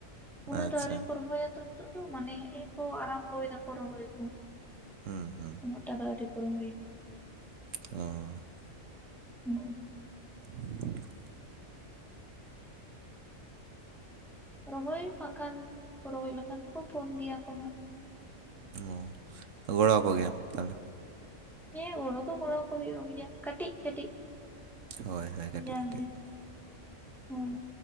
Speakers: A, in the centre; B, on the right.
A: ᱩᱱᱟᱹᱜ
B: ᱟᱪᱪᱷᱟ
A: ᱫᱟ ᱟᱹᱣᱨᱤ ᱠᱚ ᱨᱚᱦᱚᱭᱟ ᱛᱚ ᱱᱤᱛᱚᱜ ᱫᱚ ᱢᱟᱱᱮ ᱦᱮᱸ ᱮ ᱠᱚ ᱟᱨᱟᱢᱵᱚᱭ ᱫᱟᱠᱚ ᱨᱚᱦᱚᱭᱠᱚ᱾
B: ᱦᱩᱸ ᱦᱩᱸ
A: ᱩᱱᱟᱹᱜ ᱴᱟ ᱫᱚ ᱟᱹᱣᱨᱤ ᱠᱚ ᱨᱚᱦᱚᱭ ᱤᱫᱤᱭᱟ᱾
B: ᱚᱻ
A: ᱦᱩᱸ
B: <inaudible>
A: ᱨᱚᱦᱚᱭ ᱱᱟᱜᱠᱷᱟᱱ ᱠᱚ ᱨᱚᱦᱚᱭ ᱞᱮᱠᱷᱟᱱ ᱫᱚᱠᱚ ᱯᱷᱳᱱ ᱜᱮᱭᱟ ᱠᱚ ᱦᱟᱸᱜ᱾
B: ᱚ ᱛᱚ ᱜᱚᱲᱚᱣ ᱟᱠᱚᱜᱮᱭᱟᱢ ᱛᱟᱦᱞᱮ?
A: ᱦᱮᱸ ᱜᱚᱲᱚ ᱫᱚ ᱜᱚᱲᱚᱣ ᱠᱚ ᱦᱩᱭᱩᱜ ᱜᱮᱭᱟ ᱠᱟᱹᱴᱤᱡ ᱠᱟᱹᱴᱤᱡ᱾
B: ᱦᱳᱭ ᱦᱳᱭ ᱠᱟᱹᱴᱤᱡ
A: ᱡᱟᱜᱮ
B: ᱠᱟᱹᱴᱤᱡ᱾
A: ᱦᱩᱸ